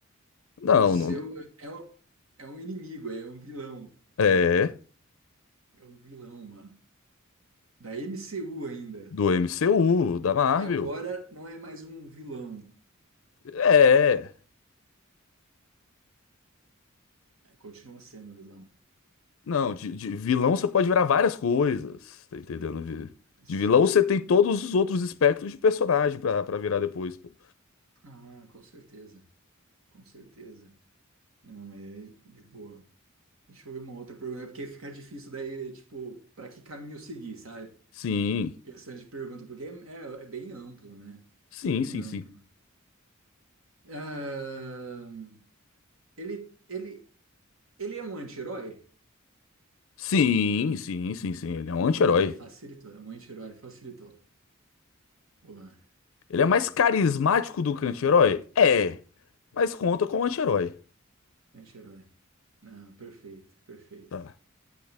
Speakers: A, on the left; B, on the right.
A: Não,
B: E o seu
A: não. não-
B: é, o- é um inimigo, é um vilão.
A: É.
B: É um vilão, mano. Da MCU ainda.
A: Do MCU, da Marvel.
B: E agora não é mais um vilão.
A: É.
B: É, continua sendo um vilão.
A: Não, de, de vilão você pode virar várias coisas, tá entendendo? Vi-
B: Sim.
A: De vilão você tem todos os outros espectros de personagem pra, pra virar depois, pô.
B: Ah, com certeza. Com certeza. Não, é de boa. Deixa eu ver uma outra pergunta, né? porque fica difícil daí, tipo, para que caminho seguir, sabe?
A: Sim,
B: Questão de pergunta, porque é, é- é bem amplo, né?
A: sim,
B: Bem
A: sim,
B: amplo.
A: sim.
B: Ahn, ele, ele, ele é um anti-herói?
A: Sim, sim, sim, sim. Ele é um
B: Vamos
A: anti-herói.
B: lá, Aí facilitou, é um anti-herói, facilitou. Boa,
A: Ele
B: boa,
A: é mais carismático do que anti-herói? É, mas conta como anti-herói,
B: anti-herói. Ah, perfeito, perfeito.
A: tá?